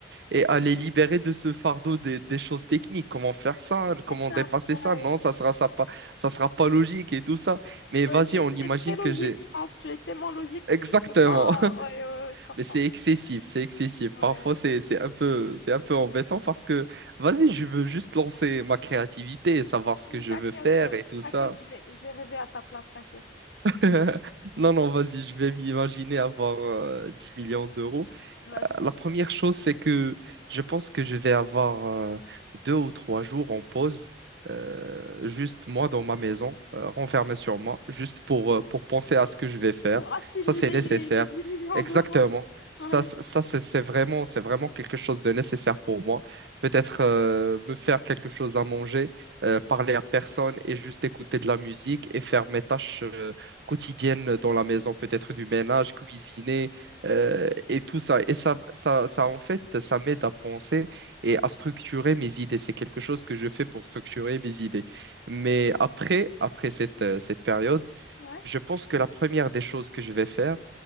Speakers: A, on the right (about 65°); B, on the left (about 70°).
A: et, et à les libérer de ce fardeau des, des choses techniques. Comment faire ça?
B: Des
A: Comment
B: contraintes,
A: dépasser
B: ouais.
A: ça? Non, ça sera ça pas, ça sera pas logique et tout ça. Mais
B: Ouais,
A: vas-y,
B: tu,
A: on
B: tu
A: imagine
B: es très logique,
A: que j'ai
B: je pense. Tu es tellement logique que
A: exactement.
B: tu peux pas.
A: <laughs>
B: Ouais, ouais, ouais, je comprends.
A: Mais c'est excessif, c'est excessif.
B: Ouais.
A: Parfois, c'est c'est un peu c'est un peu embêtant parce que vas-y, je veux juste lancer ma créativité et savoir ce que je
B: T'inquiète,
A: veux faire
B: euh,
A: et tout
B: t'inquiète,
A: ça.
B: je vais, je vais rêver à ta place, t'inquiète.
A: <laughs> Non, non, vas-y, je vais m'imaginer avoir euh, 10 millions d'euros.
B: Vas-y.
A: la première chose, c'est que je pense que je vais avoir euh, deux ou trois jours en pause, euh, juste moi dans ma maison, euh, renfermé sur moi, juste pour, euh, pour penser à ce que je vais faire.
B: Pour assimiler
A: Ça, c'est nécessaire.
B: les, les dix millions
A: Exactement.
B: d'euros.
A: Ça,
B: Ouais,
A: c- ça c'est c'est vraiment, c'est vraiment quelque chose de nécessaire pour moi. Peut-être euh, me faire quelque chose à manger, euh, parler à personne et juste écouter de la musique et faire mes tâches euh, quotidiennes dans la maison, peut-être du ménage, cuisiner euh, et tout ça. Et ça, ça, ça, en fait, ça m'aide à penser et à structurer mes idées. C'est quelque chose que je fais pour structurer mes idées. Mais après, après cette, euh, cette période,
B: ouais.
A: je pense que la première des choses que je vais faire,